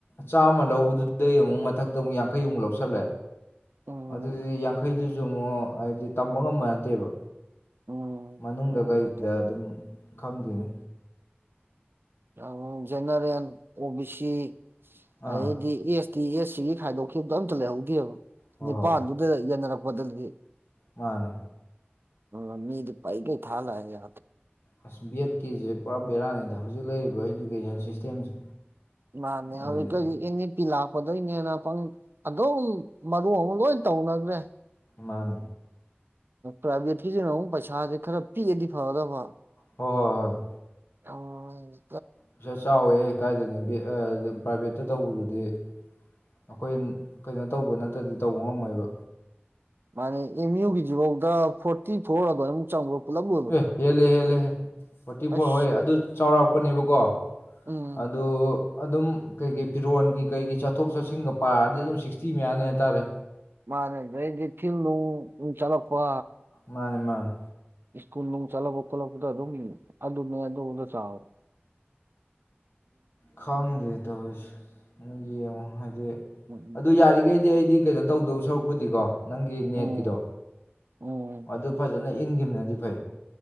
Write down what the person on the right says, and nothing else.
ꯎꯝ
ꯎꯝ
ꯑꯣ
ꯅꯠꯇꯦ
ꯎꯝ ꯖꯦꯅꯔꯦꯜ ꯑꯣꯕꯤ ꯁꯤ
ꯑꯗꯩꯗꯤ ꯑꯦꯁ ꯇꯤ ꯑꯦꯁ ꯁꯤꯒꯤ ꯈꯥꯏꯗꯣꯛꯈꯤꯕꯗꯣ ꯑꯝꯇ ꯂꯩꯍꯧꯗꯦꯕ
ꯅꯤꯄꯥꯟꯗꯨꯗ ꯌꯦꯟꯅꯔꯛꯄꯗꯗꯒꯤ
ꯃꯤꯃꯤꯗꯤ ꯄꯩꯀꯩ ꯊꯂ ꯍꯥꯏ ꯑ
ꯃꯥꯅꯦ
ꯍꯧꯖꯤꯛ ꯀ ꯑꯦꯟ ꯑꯦ ꯄꯤ ꯂꯥꯛꯄꯗꯣꯏꯅꯦꯅ ꯑꯗꯨꯝ ꯃꯔꯨ ꯑꯃꯨ ꯂꯣꯏ ꯇꯥꯎꯅꯒ꯭ꯔꯦ
ꯄ꯭ꯔꯥꯏꯚꯦꯠꯀꯤꯁꯤꯅꯨꯛ ꯄꯩꯁꯥꯁꯦ ꯈꯔ ꯄꯤꯒꯗꯤ ꯐꯒꯗꯕ
ꯑꯣ
ꯃꯥꯅꯦ ꯑꯦꯝ ꯌꯨꯒꯤꯁꯤꯐꯥꯎꯗ ꯐꯣꯔꯇꯤ ꯐꯣꯔ ꯑꯗꯨꯋꯥꯏꯃꯨꯛ ꯆꯪꯕ ꯄꯨꯂꯞ ꯂꯣꯏꯕꯗ
ꯑꯁ
ꯎꯝ
ꯃꯥꯅꯦꯦ ꯩꯗꯤ ꯎ ꯆꯂꯄ
ꯁ꯭ꯀꯨꯜ ꯅꯨꯡ ꯆꯠꯂꯛ ꯈꯣꯠꯂꯛꯄꯗ ꯑꯗꯨꯝ ꯑꯗꯨꯅꯦ ꯑꯗꯨꯗ ꯆꯥꯎꯋꯦ
ꯎꯝ
ꯎꯝ ꯎꯝ